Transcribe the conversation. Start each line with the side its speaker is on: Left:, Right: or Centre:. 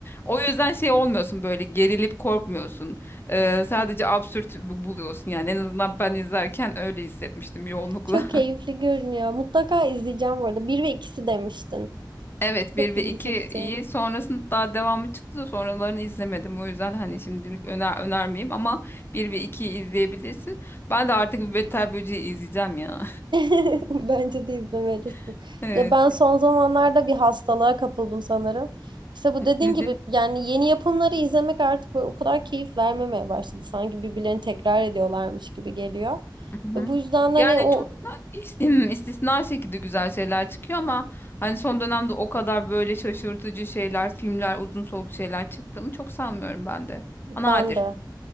Left: o yüzden şey olmuyorsun böyle gerilip korkmuyorsun Ee, sadece absürt bu- buluyorsun yani en azından ben izlerken öyle hissetmiştim yoğunlukla.
Right: <laughs> Çok keyifli görünüyor. Mutlaka izleyeceğim bu arada. Bir ve ikisi demiştin.
Left: Evet
Right: Çok
Left: bir ve
Right: ilgi
Left: 2'yi
Right: çekici.
Left: sonrasında daha devamı çıktı da sonralarını izlemedim. O yüzden hani şimdilik öner önermeyeyim ama bir ve 2'yi izleyebilirsin. Ben de artık bir Beter Böceği izleyeceğim ya.
Right: <laughs> Bence de izlemelisin.
Left: <laughs> Evet.
Right: Ya ben son zamanlarda bir hastalığa kapıldım sanırım. İşte bu
Left: N-
Right: dediğin
Left: Nedir?
Right: gibi yani yeni yapımları izlemek artık böyle o kadar keyif vermemeye başladı. Sanki birbirlerini tekrar ediyorlarmış gibi geliyor.
Left: Mhm.
Right: Ve bu yüzden de
Left: Yani
Right: hani o
Left: çok da is- <clears throat> istisna şekilde güzel şeyler çıkıyor ama hani son dönemde o kadar böyle şaşırtıcı şeyler, filmler, uzun soluk şeyler çıktığını çok sanmıyorum ben de. Nadir.
Right: bende.